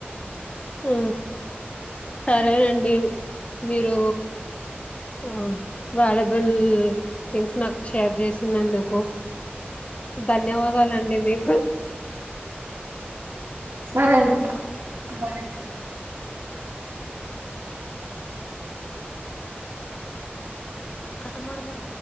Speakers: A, on the left (about 30°); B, on the right (about 85°).
A: హు సరేనండి మీరు ఆ వేలబుల్ థింగ్స్ నాకు షేర్ జెస్ చినందుకు ధన్యవాదాలండి మీకు
B: సరే అండ్ బాయ్ అండి
A: కట్టమడ బడ